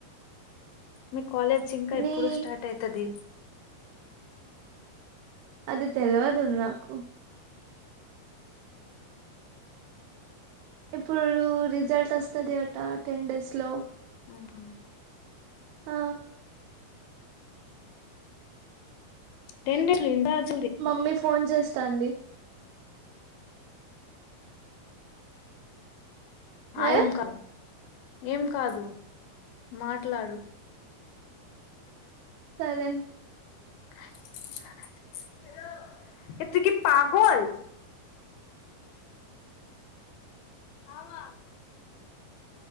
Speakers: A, on the left (about 75°); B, on the right (about 85°).
A: మీ కాలేజ్ ఇంకా
B: నీ
A: ఎప్పుడు స్టార్ట్ అయితది.
B: అది తెల్వదు నాకు ఇప్పుడు రిజల్ట్ వస్తది అట టెన్ డేస్ లో
A: ఆహ
B: ఆ
A: రెండిట్లిందాన్
B: మమ్మీ ఫోన్ చేస్తాంది. హే
A: ఐమ్ కమ్ ఏం కాదు మాట్లాడు
B: సరే
A: <inaudible> లో ఏ తుకి పాగొల్ ఆమ